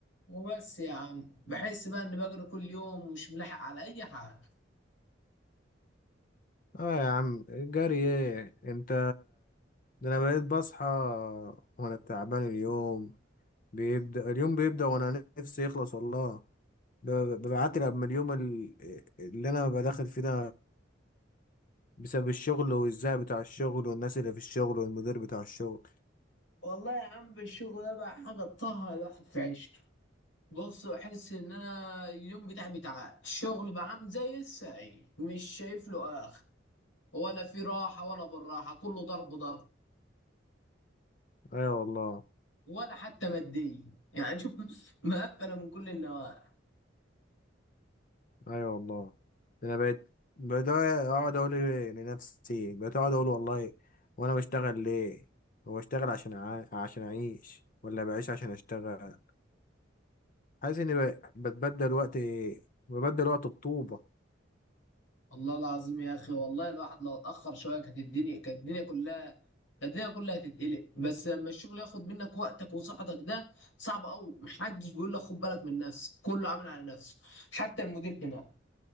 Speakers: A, on the left; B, on the left.
A: وبس يا عم بحس بقى اني بجري كل يوم ومش ملاحق على اي حاجه
B: اه يا عم جري ايه انت ده انا بقيت بصحى وانا تعبان اليوم بيبدأ اليوم بيبدأ وانا نفسي يخلص والله ب- ببعتلي قبل ما اليوم ال- اللي انا ببقى داخل فيه ده بسبب الشغل والزهق بتاع الشغل والناس اللي في الشغل والمدير بتاع الشغل
A: والله يا عم الشغل ده بقى حاجه تطهر الواحد في عيشته بص بحس ان انا اليوم بتاعي بتاع الشغل بقى عامل زي السعي مش شايف له اخر ولا في راحه ولا بالراحه كله ضرب ضرب
B: ايوه والله
A: ولا حتى ماديه يعني شوف <laughs> مقفله من كل النواحي
B: ايوه والله ده انا بقيت بقيت اقعد اقول إيه لنفسي بقيت اقعد اقول والله وانا بشتغل ليه هو بشتغل عشان أع- عشان اعيش ولا بعيش عشان اشتغل عايز اني بقى- بتبدل وقت ببدل وقت بطوبة
A: والله العظيم يا اخي والله الواحد لو اتاخر شويه كانت الدنيا كانت الدنيا كلها كانت الدنيا كلها هتتقلق بس لما الشغل ياخد منك وقتك وصحتك ده صعب قوي محدش بيقول لك خد بالك من نفسك كله عامل على نفسه حتى المدير هنا